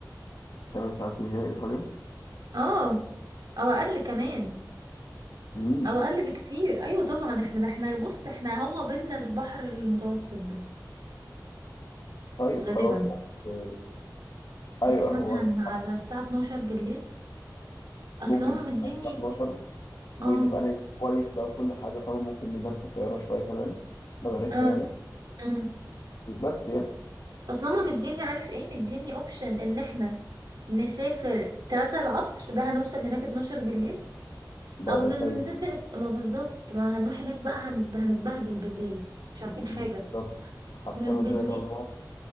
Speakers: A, on the left (about 60°); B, on the right (about 65°).
A: 8 ساعات من هنا إيطاليا
B: اه او اقل كمان
A: مم.
B: او اقل بكتير ايوه طبعا احنا ده احنا بص احنا هو بينا البحر المتوسط بس
A: طيب
B: غالبا
A: خلاص يعني إيه، ايوه
B: نمشي مثلا
A: هو ده صح
B: على الساعة 12 بالليل اصل
A: ممكن
B: هما
A: نسافر
B: مديني
A: على الساعه 12 ونبقى
B: اه
A: نايم كويس بقى وكل حاجه فاهم ممكن ننام في الطياره شويه كمان لو عرفنا
B: اه
A: يعني
B: آه.
A: وبس يعني
B: اصل هما مديني عارف ايه مديني اوبشن ان احنا نسافر 3 العصر ده هنوصل هناك 12 بالليل
A: لا
B: او
A: ده
B: ن-
A: سيء
B: نسافر ما بالظبط ما هنروح هناك بقى هن- هنتبهدل بالليل مش عارفين حاجة
A: أمم، بالظبط حرفيا
B: من
A: الدنيا
B: بالليل
A: ده النهار